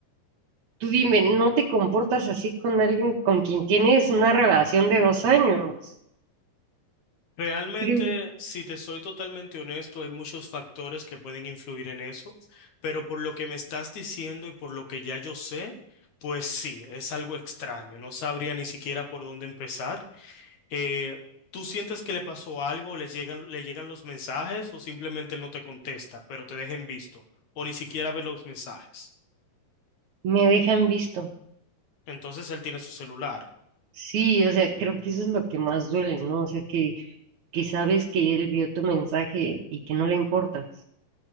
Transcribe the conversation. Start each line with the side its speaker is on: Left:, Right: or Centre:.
Right: tú dime, ¿no te comportas así con alguien con quien tienes una relación de dos años?
Left: Realmente,
Right: Creo,
Left: si te soy totalmente honesto, hay muchos factores que pueden influir en eso, pero por lo que me estás diciendo y por lo que ya yo sé, pues sí, es algo extraño. No sabría ni siquiera por dónde empezar. eh, ¿tú sientes que le pasó algo, les llegan, le llegan los mensajes o simplemente él no te contesta, pero te deja en visto o ni siquiera ve los mensajes?
Right: me dejan visto.
Left: Entonces él tiene su celular.
Right: Sí, o sea, creo que eso es lo que más duele, ¿no? O sea, que, que sabes que él vio tu mensaje y que no le importa.